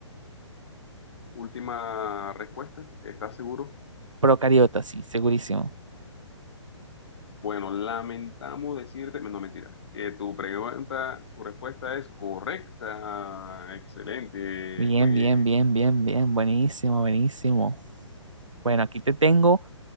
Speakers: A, on the left (about 60°); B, on the right (about 85°).
A: Última respuesta, ¿estás seguro?
B: Procariota, sí, segurísimo.
A: Bueno, lamentamos decirte, no mentira, que tu pregunta, tu respuesta es correcta. Excelente,
B: Bien,
A: muy bien.
B: bien, bien, bien, bien. Buenísimo, buenísimo. Bueno, aquí te tengo